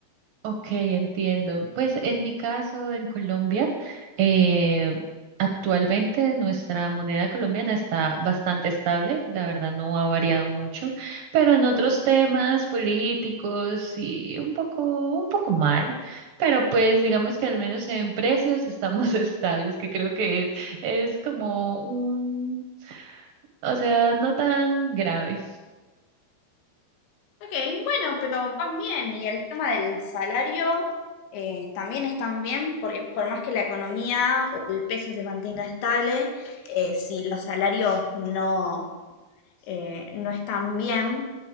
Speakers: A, on the right; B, on the left.
A: Ok, entiendo. Pues en mi caso, en Colombia, eh, actualmente nuestra moneda colombiana está bastante estable, la verdad no ha variado mucho, pero en otros temas políticos sí un poco, un poco mal, pero pues digamos que al menos en precios estamos <laughs> estables, que creo que es, es como un, o sea, no tan grave.
B: Ok, bueno, pero van bien. Y el tema del salario eh, también están bien, porque por más que la economía o el peso se mantenga estable, eh, si los salarios no, eh, no están bien